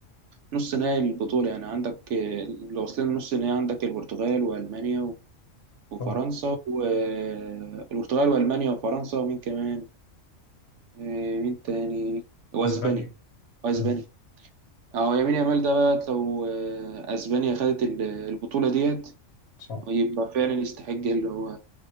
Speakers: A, on the right; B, on the left.
A: نص نهائي البطولة يعني عندك آه، اللي واصلين نص نهائي عندك البرتغال وألمانيا و- وفرنسا
B: صح
A: والبرتغال وألمانيا وفرنسا ومين كمان آه، مين تاني وأسبانيا
B: أسبانيا
A: وأسبانيا
B: مم.
A: أهو يمين يامال ده بقى لو آه، أسبانيا خدت ال- البطولة ديت
B: صح
A: يبقى فعلا يستحق اللي هو